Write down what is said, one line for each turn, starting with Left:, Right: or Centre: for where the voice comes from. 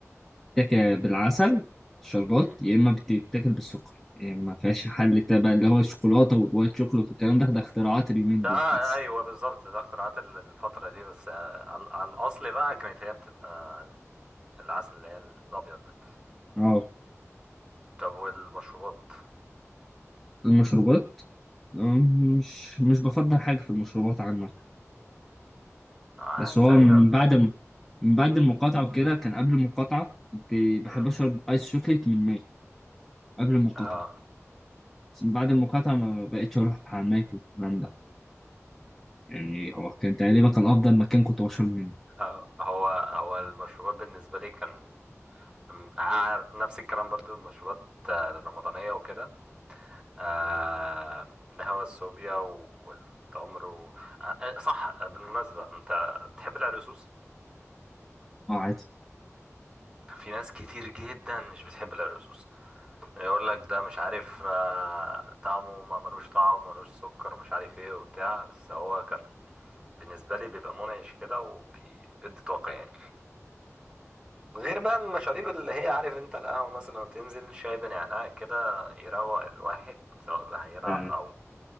Centre: تتاكل بالعسل شربات
Right: حلوة.
Centre: يا اما بتتاكل بالسكر يعني ما فيهاش حل تبع اللي هو الشوكولاته والوايت شوكولات والكلام ده ده اختراعات اليومين
Right: ده
Centre: دول بس
Right: ايوه بالظبط ده اختراعات ال- الفتره دي بس آه، على على الاصل بقى كانت هي بتبقى العسل اللي هي الابيض ده
Centre: اه
Right: طب والمشروبات
Centre: المشروبات أم، مش مش بفضل حاجه في المشروبات عامه
Right: آه
Centre: بس هو
Right: زي
Centre: من بعد من بعد المقاطعة وكده كان قبل المقاطعة كنت بحب
Right: مم.
Centre: أشرب آيس شوكليت من ماي قبل المقاطعة
Right: اه
Centre: بس من بعد المقاطعة ما بقتش أروح على ماي والكلام ده يعني هو كان تقريبا كان أفضل مكان كنت بشرب منه
Right: آه، هو هو المشروبات بالنسبه لي كان م- عار- نفس الكلام برضو المشروبات آه، الرمضانيه وكده آه الهوا الصوبيا والتمر و... آه آه، صح بالمناسبه انت بتحب العرقسوس
Centre: أه عادي
Right: في ناس كتير جدا مش بتحب العرقسوس يقول لك ده مش عارف آه، طعمه ما ملوش طعم ملوش سكر مش عارف ايه وبتاع بس هو كان بالنسبة لي بيبقى منعش كده وبيدي طاقة يعني غير بقى المشاريب اللي هي عارف انت القهوة مثلا تنزل شاي بنعناع كده يروق الواحد سواء بقى هيلعب
Centre: لا،
Right: او